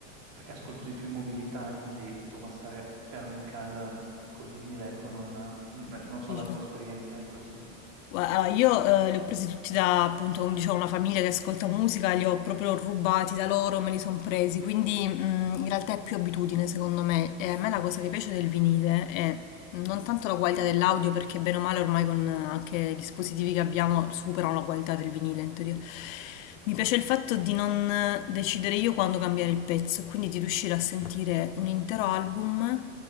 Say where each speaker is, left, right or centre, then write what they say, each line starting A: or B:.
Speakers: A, on the right; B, on the left.
A: perché ascolto di più in mobilità e quindi insomma stare fermo in casa col vinile, ecco, non, mm, non so
B: Dice.
A: la tua esperienza in questo.
B: Gua- Allora, io eh, li ho presi tutti da, appunto, come dicevo, una famiglia che ascolta musica, li ho proprio rubati da loro, me li sono presi, quindi mh, in realtà è più abitudine secondo me. E a me la cosa che piace del vinile è non tanto la qualità dell'audio, perché bene o male ormai con eh, anche i dispositivi che abbiamo superano la qualità del vinile in teoria. Mi piace il fatto di non eh, decidere io quando cambiare il pezzo, quindi di riuscire a sentire un intero album